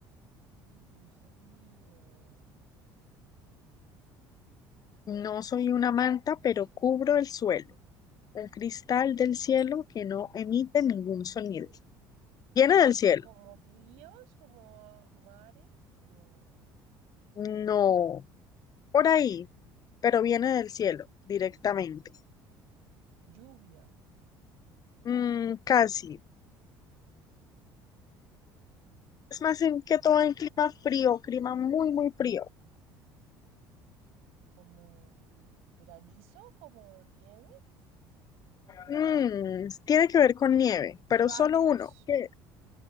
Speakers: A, on the right; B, on the left.
A: ningún sonido.
B: No soy una manta, pero cubro el suelo, un cristal del cielo que no emite ningún sonido. ¿Viene
A: Como,
B: del cielo?
A: como ríos, como mares, no.
B: No. Por ahí, pero viene del cielo directamente.
A: Lluvia
B: Mm, casi. Es más en que
A: del
B: todo
A: cielo.
B: en clima frío, clima muy, muy frío.
A: Como un granizo, como nieve,
B: Mm, tiene que ver con nieve, pero
A: rayos.
B: solo uno. ¿Qué?